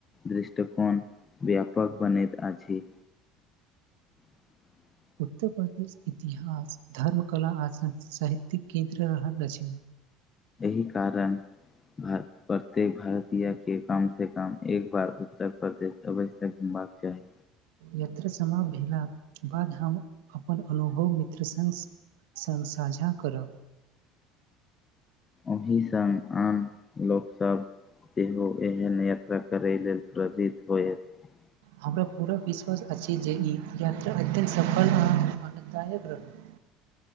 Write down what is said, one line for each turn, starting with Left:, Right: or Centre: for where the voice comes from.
Left: दृष्टिकोण व्यापक बनैत अछि <inaudible>
Right: उत्तर प्रदेश इतिहास धर्म कला आ स साहित्यिक केन्द्र रहल अछि
Left: एहि कारण प्रत्येक भारतीय के कम से कम एक बार उत्तर प्रदेश अवश्य ही एबाक चाही
Right: यात्रा समाप्त भेला बाद हम अपन अनुभव मित्र सङ्ग संग साझा करब
Left: अहिसंग आन लोकसब तेहो एहन यात्रा करय लेल प्रेरित होयत
Right: हमरा पूरा विश्वास अछि जे ई यात्रा अत्यन्त सफल आ आनन्द जायक रहत